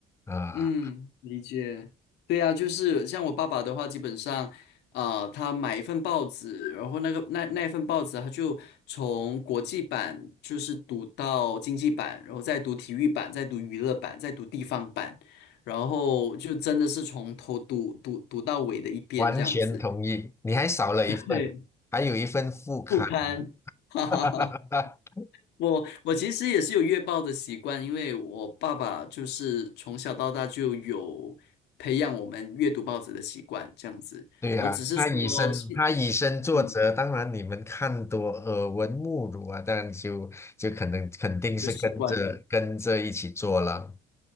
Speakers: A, on the left (about 15°); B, on the left (about 85°).
A: 啊，
B: 嗯，理解。对呀，就是像我爸爸的话，基本上，啊、他买一份报纸，然后那个那那份报纸，他就从国际版就是读到经济版，然后再读体育版，再读娱乐版，再读地方版，然后就真的是从头读读读到尾的一边这样子。
A: 完全同意。你还少了一份，
B: <laughs> 对，
A: 还有一份副刊。
B: 不堪，<laughs> 哈哈哈。
A: <laughs>
B: 我我其实也是有阅报的习惯，因为我爸爸就是从小到大就有培养我们阅读报纸的习惯，这样子。
A: 对呀、
B: 然后只是说是，
A: 他以身他以身作则，
B: 嗯，
A: 当然你们看多耳闻目睹啊，当然就就可能肯定是跟着跟着一起做了。
B: 就习惯了。